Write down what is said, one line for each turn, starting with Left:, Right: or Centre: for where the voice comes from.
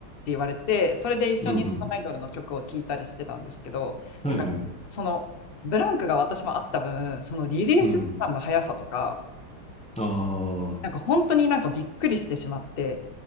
Left: 言われて、それで一緒にそのアイドルの曲を聴いたりしてたんですけど、
Centre: うんうん。
Left: なんかそのブランクが私もあった分、
Centre: はいはい。
Left: そのリリース時間の速さとか、
Centre: うん。ああ。
Left: なんか本当になんかびっくりしてしまって、